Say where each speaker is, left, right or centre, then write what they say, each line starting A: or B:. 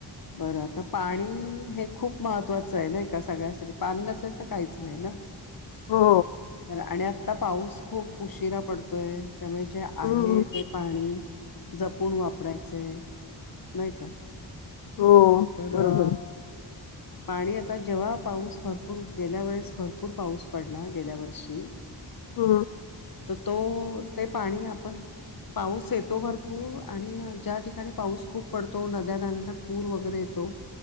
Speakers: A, on the left; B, on the left.
A: बरं आता पाणी हे खूप महत्वाचं आहे ना का सगळ्यासाठी पाणी नसेल आता काहीच नाही ना
B: हो
A: तर आणि आ आता पाऊस खूप उशिरा पडतो त्यामुळे जे आहे
B: हम्म
A: ते पाणी जपून वापरायचंय नाही का
B: हो
A: तररा
B: बरोबर
A: पाणी आता जेव्हा पाऊस भरपूर गेल्या वेळेस भरपूर पाऊस पडला गेल्या वर्षी
B: हा
A: तर तो ते पाणी आपण पाऊस येतो भरपूर आणि ज्या ठिकाणी पाऊस खूप पडतो नद्या नाल्यांना पूर वगैरे येतो